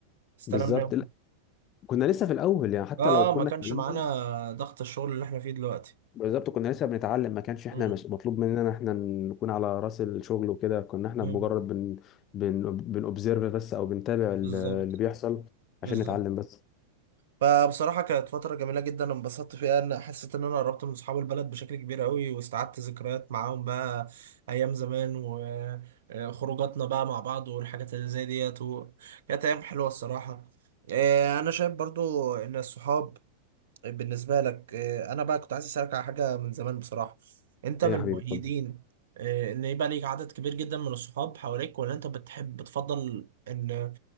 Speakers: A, on the right (about 60°); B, on the left (about 35°).
A: استلمنا
B: بالظبط
A: يوم
B: لا، كنا لسه في الاول يعني حتى
A: اه
B: لو كنا
A: ما كانش
B: اتكلمنا
A: معانا ضغط الشغل اللي احنا فيه دلوقتي
B: بالظبط كنا لسه بنتعلم ما كانش احنا
A: مم.
B: مش مطلوب مننا احنا نكون على راس الشغل وكده كنا احنا
A: مم.
B: بمجرد بن بن بنوبزرف بس او بنتابع ال-
A: بالظبط
B: اللي بيحصل
A: بالظبط
B: عشان نتعلم بس
A: فبصراحة كانت فترة جميلة جدا انبسطت فيها ان حسيت ان انا قربت من اصحاب البلد بشكل كبير قوي واستعدت ذكريات معاهم بقى ايام زمان وخروجاتنا بقى مع بعض والحاجات اللي زي ديت و- كانت ايام حلوة الصراحة آه، انا شايف برضو ان الصحاب طيب بالنسبة لك آه، أنا بقى كنت عايز أسألك على حاجة من زمان بصراحة أنت من
B: ايه يا حبيبي
A: مؤيدين
B: اتفضل
A: آه، إن يبقى ليك عدد كبير جدا من الصحاب حواليك ولا أنت بتحب بتفضل إن